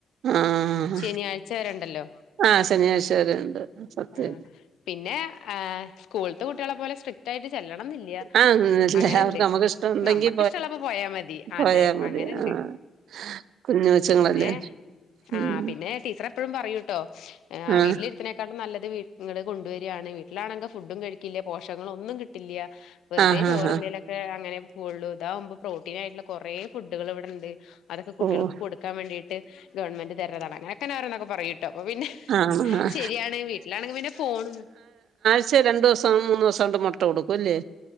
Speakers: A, on the right; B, on the left.
A: ആഹ്
B: ശനിയാഴ്ച വരെണ്ടല്ലോ.
A: ആഹ് ശനിയാഴ്ച വരെ ഉണ്ട് സത്യം
B: ആഹാ പിന്നെ ആഹാ സ്കൂളത്തെ കുട്ടികളെ പോലെ സ്ട- ട്ടായിട്ട് ചെല്ലണം എന്നില്ല.
A: ആഹ് എല്ലാവർക്കും
B: അങ്ങനെണ്ട്
A: നമുക്ക് ഇഷ്ടമുണ്ടെങ്കി
B: നമ്മുക്ക്ഷ്ടമുള്ളപ്പോ പോയാ മതി. അതെ
A: പോയാ മതി
B: അങ്ങനെണ്ട്,
A: ആഹ് കുഞ്ഞു കൊച്ചുങ്ങളല്ലേ
B: പിന്നെ
A: ഉം
B: ആഹാ പിന്നെ, ടീച്ചർ എപ്പോഴും പറയൂ കേട്ടോ,
A: ആഹ്
B: വീട്ടിലിരുന്ന് - നല്ലത് കൊണ്ടുവരികയാണ്, വീട്ടിലാണങ്കിൽ ഫുഡും കഴിക്കില്ല പോഷങ്ങളും- ഒന്നും കിട്ടില്ല, വെറുതെ
A: ആഹ്
B: ചോറെന്തേല-
A: ആഹ് ആഹ്
B: അങ്ങനെ പോള്ളൂ, ഇതാകുമ്പോ പ്രോട്ടീൻ ആയിട്ടുള്ള കുറേ- ഫുഡുകൾ ഇവിടെണ്ട് അതൊക്കെ, കുട്ടികൾക്ക്
A: ഓഹ്
B: കൊടു ാൻ വേണ്ടീയിട്ട് ഗവൺമെന്റ് തരടാണ്ങ്ങനെങ്ങനെ- അവരൊക്കെ പറയും കേട്ടോ അപ്പ പിന്നെ,
A: ആഹ് ആഹ്
B: ശരിയാണ് വീട്ടിലാണെങ്കിൽ പിന്നെ പോണ-
A: പക്ഷേ രണ്ട് ദിവസം, മൂന്ന് ദിവസ കൊണ്ട് മുട്ട കൊടുക്കുംല്ലേ?